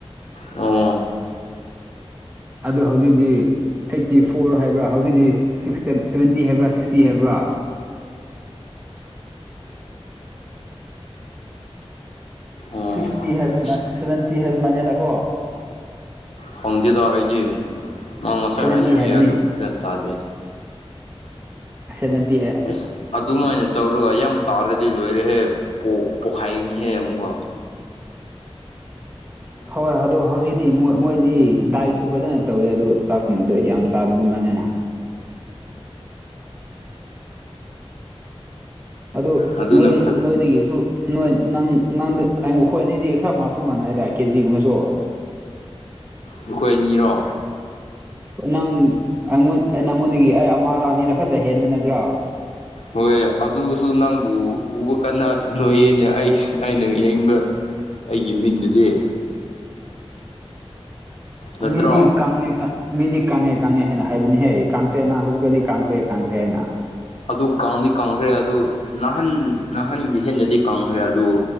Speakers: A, on the left; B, on the right.
A: ꯑꯣ
B: ꯑꯗꯨ ꯍꯧꯖꯤꯛꯇꯤ ꯑꯩꯠꯇꯤ ꯐꯣꯔ ꯍꯥꯏꯕ꯭ꯔꯥ ꯍꯧꯖꯤꯛꯇꯤꯛꯁꯇ ꯁꯕꯦꯟꯇꯤ ꯍꯥꯏꯕ꯭ꯔꯥ ꯁꯤꯛꯁꯇꯤ ꯍꯥꯏꯕ꯭ꯔꯥ
A: ꯑꯣ
B: ꯁꯤꯛꯁꯇꯤ ꯍꯥꯏꯕ
A: ꯑꯁ
B: ꯁꯚꯦꯟꯇꯤ ꯍꯥꯏꯕ ꯃꯥꯥꯟꯅꯦꯦꯗ ꯀꯣ
A: ꯈꯪꯗꯦꯗꯣ ꯑꯩꯗꯤ ꯃꯥ ꯉꯁꯥꯏ
B: ꯁꯚꯦꯟꯇꯤ
A: ꯍꯥꯏꯗꯤ ꯍꯥꯏꯌꯦ
B: ꯍꯥꯏꯕꯅꯤ
A: ꯑꯗꯨ ꯐꯖꯅ ꯇꯥꯗꯦ
B: ꯁꯕꯦꯟꯇꯤ
A: ꯑꯦꯁ ꯑꯗꯨꯃꯥꯏꯅ ꯆꯧꯔꯒ ꯌꯥꯝ ꯆꯥꯎꯥꯔꯗꯤ ꯂꯣꯏꯔꯦꯍꯦ ꯄꯣꯛꯈꯥꯏꯅꯤꯍꯦ ꯑꯃꯨꯛꯀ
B: ꯍꯣꯏ ꯑꯗꯣ ꯍꯧꯖꯤꯛꯇꯤ ꯃꯣꯏ ꯃꯣꯏꯗꯤ ꯗꯥꯏꯁꯨ ꯐꯖꯅ ꯇꯧꯋꯦ ꯑꯗꯣ ꯆꯥꯛꯨꯝ ꯑꯗꯣ ꯌꯥꯝ ꯆꯥꯗꯕ ꯃꯅꯅ ꯑꯗꯨ
A: ꯑꯗꯨꯅ
B: ꯅꯣꯏ
A: ꯐꯖ
B: ꯅꯣꯏꯗꯒꯤꯁꯨ ꯅꯣꯏ ꯅꯪ ꯅꯪꯗꯤ ꯑꯩ ꯃꯈꯈꯣꯏ ꯑꯅꯤꯗꯤ ꯈꯔ ꯃꯥꯁꯨ ꯃꯥꯟꯅꯩꯗ ꯀꯦꯖꯤꯒꯨꯝꯕꯁꯨ
A: ꯑꯩꯈꯣꯏ ꯑꯅꯤꯔꯣ
B: ꯅꯪꯉꯣꯟ ꯅꯪꯉꯣꯟꯗꯒꯤ ꯑꯩ ꯑꯃꯔꯥꯅꯤꯔ ꯈꯛꯇ ꯍꯦꯟꯕ ꯅꯠꯇ꯭ꯔꯣ
A: ꯍꯣꯏ ꯑꯗꯨꯁꯨ ꯅꯪꯕꯨ ꯎꯕ ꯀꯟꯅ ꯅꯣꯏꯌꯦꯅꯦ ꯑꯩꯁꯦ ꯑꯩꯅ ꯌꯦꯡꯕ ꯑꯩꯒꯤ ꯃꯤꯡꯗꯨꯗꯤ ꯅꯠꯇ꯭ꯔꯣ
B: ꯃꯤꯗꯤ ꯀꯪꯉꯥꯏ ꯀ ꯃꯤꯗꯤ ꯀꯪꯉꯦ ꯀꯪꯉꯦ ꯍꯥꯏꯅ ꯍꯥꯏꯕꯅꯤꯍꯦ ꯀꯥꯡꯈ꯭ꯔꯦꯅ ꯍꯧꯖꯤꯛꯀꯗꯤ ꯀꯪꯈ꯭ꯔꯦ ꯀ ꯀꯥꯡꯈ꯭ꯔꯦ ꯍꯥꯏꯅ
A: ꯑꯗꯨ ꯀꯗꯤ ꯀꯪꯈ꯭ꯔꯦ ꯑꯗꯨ ꯅꯍꯟ ꯅꯍꯥꯟꯒꯤ ꯍꯦꯟꯅꯗꯤ ꯀꯪꯈ꯭ꯔꯦ ꯑꯗꯨ